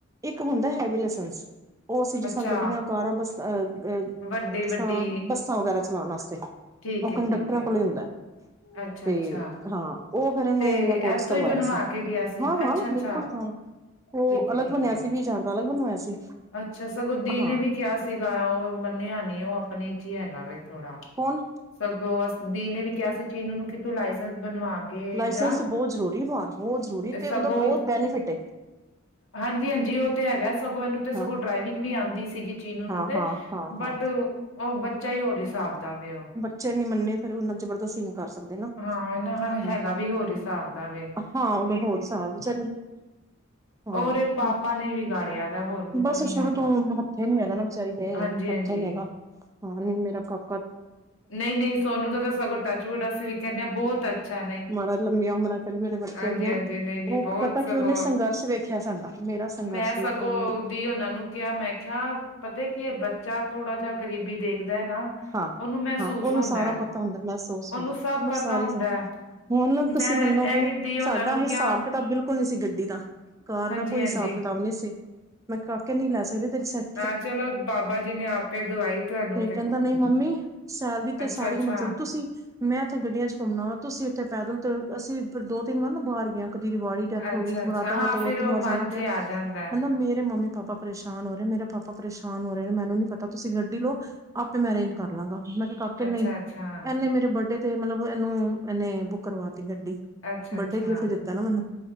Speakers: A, on the right; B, on the left.
A: ਇੱਕ ਹੁੰਦਾ ਹੈਵੀ ਲਸੰਸ। ਉਹ ਅਸੀਂ ਜਿਸਾਂ
B: ਅੱਛਾ
A: ਗੱਡੀਆਂ ਕਾਰਾਂ ਬੱਸ ਅ
B: ਵੱਡੀ-ਵੱਡੀ
A: ਜਿਸ ਤਾਂ ਬੱਸਾਂ ਵਗੈਰਾ ਚਲਾਣ ਵਾਸਤੇ।
B: ਠੀਕ
A: ਉਹ
B: ਹੈ
A: ਕੰਡਕਟਰਾਂ
B: ਠੀਕ ਹੈ।
A: ਕੋਲ ਹੁੰਦਾ
B: ਅੱਛਾ
A: ਤੇ
B: ਅੱਛਾ
A: ਹਾਂ। ਉਹ ਫਿਰ ਇਹਨੂੰ
B: ਤੇ
A: ਮੈਂ ਕੋਰਸ
B: ਇੱਥੋਂ
A: ਕਰਵਾਇਆ
B: ਹੀ ਬਣਵਾ
A: ਸੀ
B: ਕੇ ਗਿਆ ਸੀ
A: ਹਾਂ
B: ਅੱਛਾ
A: ਹਾਂ
B: ਅੱਛਾ
A: ਬਿਲਕੁਲ ਹਾਂ। ਉਹ
B: ਠੀਕ
A: ਅਲੱਗ
B: ਹੈ ਠੀਕ
A: ਬਣਿਆ
B: ਹੈ
A: ਸੀ ਵੀ ਜਾਰ ਦਾ ਅਲੱਗ ਬਣਵਾਇਆ ਸੀ।
B: ਅੱਛਾ, ਸਗੋਂ ਦੀ
A: ਹਾਂ
B: ਨੇ ਵੀ ਕਿਹਾ ਸੀਗਾ। ਉਹ ਮੰਨਿਆ ਨੀ ਉਹ ਆਪਣੇ ਚ ਹੈਗਾ ਵੇ ਥੋੜਾ
A: ਕੌਣ?
B: ਸਗੋਂ ਅਸ ਦੀਦੀ ਨੇ ਵੀ ਕਿਹਾ ਸੀ ਚੀਨ ਨੂੰ ਕੀ ਤੂੰ ਲਾਇਸੈਂਸ ਬਣਵਾ ਕੇ
A: ਲਾਇਸੈਂਸ
B: ਜਾਂ,
A: ਬਹੁਤ ਜ਼ਰੂਰੀ ਬਾਹਰ ਬਹੁਤ ਜ਼ਰੂਰੀ ਤੇ
B: ਸਗੋਂ
A: ਉਹਦਾ ਬਹੁਤ ਬੈਨੀਫਿਟ ਹੈ
B: ਹਾਂਜੀ ਹਾਂਜੀ ਉਹ ਤੇ ਹੈਗਾ ਸਗੋਂ ਇਹਨੂੰ ਤੇ
A: ਹਾਂ
B: ਸਗੋਂ ਡਰਾਈਵਿੰਗ ਵੀ ਆਂਦੀ ਸੀਗੀ ਚੀਨੂ ਨੂੰ
A: ਹਾਂ
B: ਤੇ
A: ਹਾਂ ਹਾਂ
B: ਬਟ
A: ਹਾਂ
B: ਉਹ ਬੱਚਾ ਹੀ ਹੋਰ ਹਿਸਾਬ ਦਾ ਵੇ ਉਹ
A: ਉੱਚੇ ਨ ਮੰਨੇ ਫਿਰ ਉਹਨਾ ਜ਼ਬਰਦਸਤੀ ਨਹੀਂ। ਕਰ ਸਕਦੇ ਨਾ
B: ਹਾਂ ਇਹਨਾ <unintelligible>
A: ਹਾਂ
B: ਹੈਗਾ ਵੀ ਹੋਰ ਹਿਸਾਬ ਦਾ ਵੇ
A: ਹਾਂ ਉਦੋਂ ਹੋਰ ਹਿਸਾਬ ਵਿੱਚ ਹਾਂ,
B: ਔਰ ਪਾਪਾ ਨੇ ਵਿਗਾੜਿਆ ਦਾ ਹੋਰ ਕੁਛ
A: ਬਸ
B: ਨੀ
A: ਸ਼ੁਰੂ
B: ਹੈਗਾ
A: ਤੋਂ ਹੱਥੇ ਨੀ ਹੈਗਾ ਨਾ ਵਿਚਾਰੀ ਦੇ
B: ਹਾਂਜੀ
A: ਹੱਥੇ
B: ਹਾਂਜੀ
A: ਨੀ ਹੈਗਾ। ਹਾਂ ਨਹੀਂ ਮੇਰਾ ਕਾ
B: ਨਹੀਂ-ਨਹੀਂ ਸੋਨੂੰ ਦਾ ਤਾਂ ਸਗੋਂ ਟੱਚਵੁਡ ਅਸੀਂ ਵੀ ਕਹਿੰਦੇ ਹਾਂ ਬਹੁਤ ਅੱਛਾ ਨਹੀਂ
A: <inaudible> ਮਹਾਰਾਜ ਲੰਬੀਆਂ ਉਮਰਾਂ ਕਰੇ ਮੇਰੇ ਬੱਚੇ
B: ਹਾਂਜੀ-ਹਾਂਜੀ
A: ਦੀਆਂ,
B: ਨਹੀਂ-ਨਹੀਂ
A: ਉਹ
B: ਬਹੁਤ
A: ਪਤਾ
B: ਸਗੋਂ
A: ਕੀ ਉਹਨੇ ਸੰਘਰਸ਼ ਵੇਖਿਆ ਸਾਡਾ। ਮੇਰਾ ਸੰਘਰਸ਼
B: ਮੈਂ
A: ਵੇਖਿਆ
B: ਸਗੋਂ
A: ਉਹਨੇ
B: ਦੀ ਓਨਾਂ ਨੂੰ ਕੇਆ ਮੈਂ ਕੇਆ ਪਤਾ ਕੀ ਏ ਬੱਚਾ ਥੋੜਾ ਜਿਹਾ ਗਰੀਬੀ ਦੇਖਦਾ ਹੈ ਨਾ।
A: ਹਾਂ-ਹਾਂ
B: ਉਹਨੂੰ ਮਹਿਸੂਸ
A: ਓਨੂੰ
B: ਹੁੰਦਾ
A: ਸਾਰਾ
B: ਹੈ
A: ਪਤਾ ਹੁੰਦਾ ਮਹਿਸੂਸ
B: ਉਹਨੂੰ
A: ਹੁੰਦਾ,
B: ਸਭ
A: ਓਨੂੰ
B: ਪਤਾ
A: ਸਾਰੀ
B: ਹੁੰਦਾ ਹੈ
A: ਹੁਣ ਤੁਸੀਂ
B: ਮੈਂ
A: ਮੰਨੋਗੇ,
B: ਇਹੀ ਦੀ ਉਹਨਾਂ
A: ਸਾਡਾ
B: ਨੂੰ
A: ਹਿਸਾਬ-ਕਿਤਾਬ
B: ਕਿਹਾ
A: ਬਿਲਕੁਲ ਬਿਲਕੁਲ ਨੀ ਸੀ ਗੱਡੀ ਦਾ ਕਾਰ
B: ਹਾਂਜੀ-ਹਾਂਜੀ
A: ਦਾ ਕੋਈ ਹਿਸਾਬ ਕਿਤਾਬ ਨਹੀਂ ਸੀ ਮੈਂ <unintelligible> ਕਿੰਨੀ ਲੈ ਸਕਦੇ ਤੇਰੀ ਸੈਟ
B: ਹਾਂ, ਚਲੋ ਬਾਬਾ ਜੀ ਨੇ ਆਪੇ ਦਵਾਈ ਤੁਆਨੂੰ
A: ਕੈਂਦਾ ਨਈ ਮੰਮੀ ਸੈਲ ਦੀ ਤੇ
B: ਅੱਛਾ-ਅੱਛਾ,
A: ਸਾਰੀ ਮਤ ਚਲ ਤੁਸੀਂ ਮੈਂ ਇੱਥੇ ਗੱਡੀਆਂ ਚ ਘੁੰਮਣਾ ਵਾ ਤੁਸੀਂ ਇੱਥੇ ਪੈਦਲ ਤੇ ਅਸੀਂ ਦੋ-ਤਿੰਨ ਵਾਰ ਨਾ ਬਾਰ ਗਏ ਕਦੀ ਰਿਵਾੜੀ ਡੈਥ
B: ਅੱਛਾ-ਅੱਛਾ
A: ਹੋ ਗਈ। ਮੁਰਾਦਾਬਾਦ
B: ਹਾਂ
A: ਦੋ-ਤਿੰਨ
B: ਫਿਰ ਉਹ
A: ਵਾਰ
B: ਮਨ
A: ਜਾਣਾ ਪਿਆ
B: ਚ
A: ਹੈ।
B: ਆ ਜਾਂਦਾ
A: ਨਾ ਮੇਰੇ ਮੰਮੀ-ਪਾਪਾ ਪਰੇਸ਼ਾਨ ਹੋ ਰਹੇ ਮੇਰੇ ਪਾਪਾ ਪਰੇਸ਼ਾਨ ਹੋ ਰਹੇ ਮੈਨੂੰ ਨੀ ਪਤਾ ਤੁਸੀਂ ਗੱਡੀ ਲਓ ਆਪੇ ਮੈ ਅਰੇਂਜ ਕਰ ਲਾਂਗਾ ਮੈ ਕਿਹਾ ਕਾਕੇ
B: ਅੱਛਾ-ਅੱਛਾ,
A: ਨਹੀ ਇਹਨੇ ਮੇਰੇ ਬਦਡੇ ਤੇ ਮਤਲਬ ਇਹਨੂੰ ਇਹਨੇ ਬੁੱਕ ਕਰਵਾ ਤੀ ਗੱਡੀ
B: ਅੱਛਾ-ਅੱਛਾ,
A: ਬੱਡੇ ਗਿਫਟ ਦਿੱਤਾ ਨਾ ਮੈਨੂੰ